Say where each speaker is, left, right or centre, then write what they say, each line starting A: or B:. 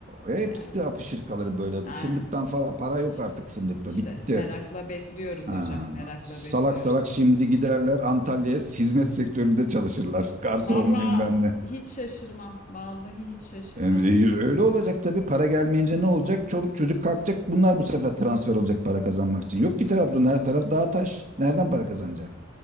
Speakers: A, on the right; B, on the left.
A: Hepsi
B: Yani.
A: apışır kalır böyle.
B: Aa,
A: Fındıktan falan para yok
B: işte,
A: artık fındıkta.
B: işte
A: Bitti.
B: merakla bekliyoruz
A: Ha,
B: hocam, merakla
A: salak
B: bekliyoruz.
A: salak şimdi giderler Antalya'ya hizmet sektöründe çalışırlar. Garson
B: Vallahi
A: bilmem ne.
B: hiç şaşırmam, vallahi hiç şaşırmam.
A: Emre, Öyle olacak tabii. Para gelmeyince ne olacak? Çoluk çocuk kalkacak. Bunlar bu sefer transfer olacak para kazanmak için. Yok ki Trabzon her taraf dağ taş. Nereden para kazanacak?